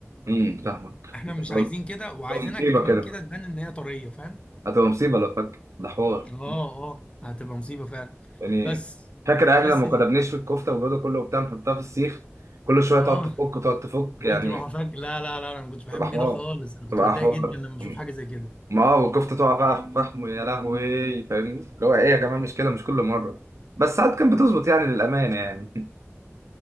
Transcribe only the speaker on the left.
احنا
مش عايزين كده وعايزينها
كمان
كده تبان ان هي طريه فاهم
اه اه هتبقى مصيبه فعلا
بس
بس
اه
وتروحوا
فاك لا لا لا انا ما كنتش بحب
كده خالص انا كنت
بتضايق
جدا لما اشوف
حاجه زي كده